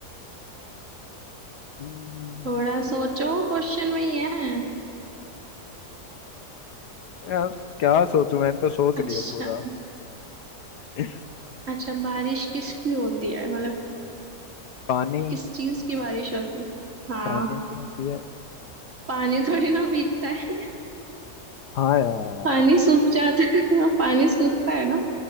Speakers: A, on the left; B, on the right.
A: हम्म,
B: थोड़ा सोचो क्वेश्चन में ही है
A: यार क्या सोचूं मैंने तो सोच
B: अच्छा
A: लिया पूरा <laughs>
B: अच्छा बारिश किसकी होती है मतलब
A: पानी
B: किस चीज की बारिश होती है हाँ
A: पानी क्या होती है
B: पानी थोड़ी ना भीगता है
A: हाँ यार
B: पानी सूख जाता है <laughs> पानी सूखता है ना